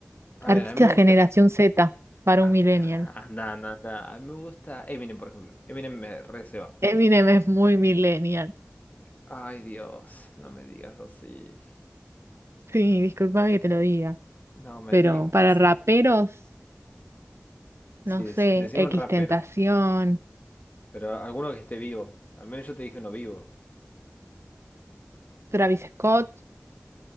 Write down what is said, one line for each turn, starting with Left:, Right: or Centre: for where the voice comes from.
Left: a
Right: Artista
Left: ver, a mí me gusta.
Right: generación Z para
Left: ah,
Right: un millennial.
Left: <laughs> Anda, anda, anda. A mí me gusta Eminem, por ejemplo. Eminem me receba.
Right: Eminem es muy millennial.
Left: Ay, Dios, no me digas así.
Right: Sí, discúlpame que te lo diga.
Left: No me
Right: Pero
Left: digas
Right: para
Left: así.
Right: raperos, no
Left: Sí,
Right: sé,
Left: dec- decime un rapero.
Right: Tentación,
Left: Pero alguno que esté vivo. Al menos yo te dije uno vivo.
Right: Travis Scott,